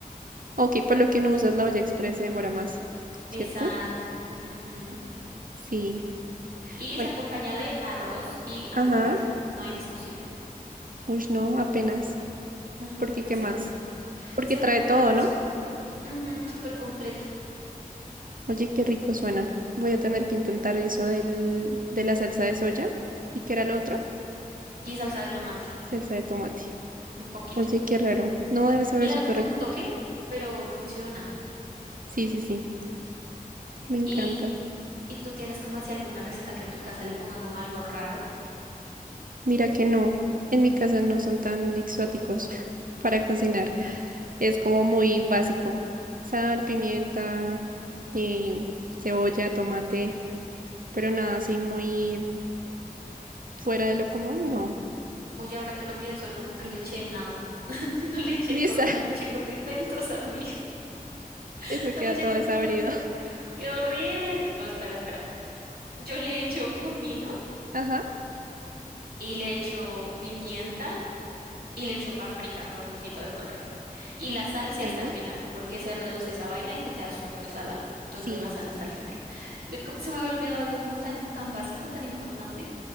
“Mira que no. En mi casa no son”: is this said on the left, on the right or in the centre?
Right